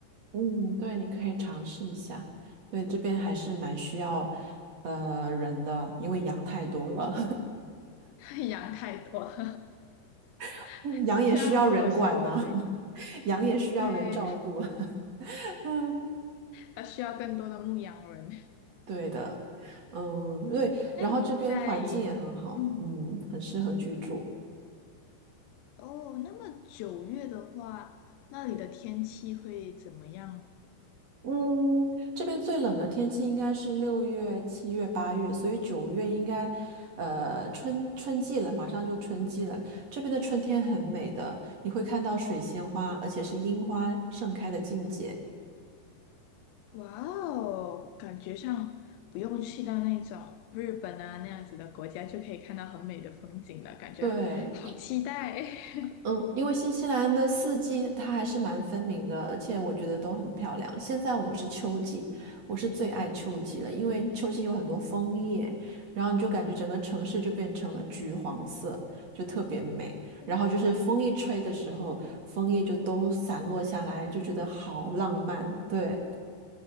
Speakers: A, on the right; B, on the left.
A: 嗯，对，你可以尝试一下。对，这边还是蛮需要呃人的，因为羊太多了，
B: <laughs> 羊太多了，
A: <laughs>
B: <laughs>
A: 羊也需要人管呢，
B: 听起来好好笑啊！这个，
A: <laughs> 羊也需要人照顾。
B: 对，它
A: <laughs>
B: 它需要更多的牧羊人。
A: 对的，嗯，对，
B: 那你在，
A: 然后这边环境也很好，
B: 嗯，
A: 嗯，很适合居住。
B: 哦，那么九月的话，那里的天气会怎么样呢？
A: 嗯，这边最冷的天气应该是六月、七月、八月，所以九月应该，呃，春春季了，马上就春季了。这边的春天很美的，你会看到水仙花，而且是樱花盛开的境界。
B: 哇哦，感觉上不用去到那种日本啊那样子的国家，就可以看到很美的风景了，感觉好期待。
A: 对，
B: <laughs>
A: 嗯，因为新西兰的四季它还是蛮分明的，而且我觉得都很漂亮。现在我们是秋季，我是最爱秋季了，因为秋季有很多枫叶，然后你就感觉整个城市就变成了橘黄色，就特别美。
B: 对
A: 然后就是风一吹的时候，枫叶就都散落下来，就觉得好浪漫。对，